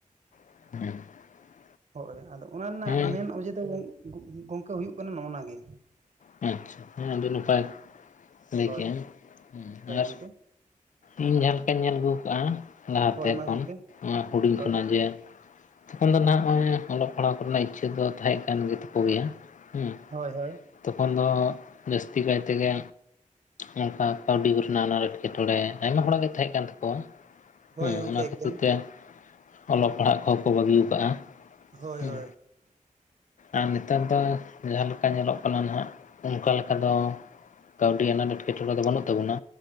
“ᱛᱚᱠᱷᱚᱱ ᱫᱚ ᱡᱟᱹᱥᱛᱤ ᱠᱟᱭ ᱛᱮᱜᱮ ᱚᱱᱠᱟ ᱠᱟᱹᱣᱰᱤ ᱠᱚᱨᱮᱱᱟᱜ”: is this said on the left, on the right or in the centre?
Left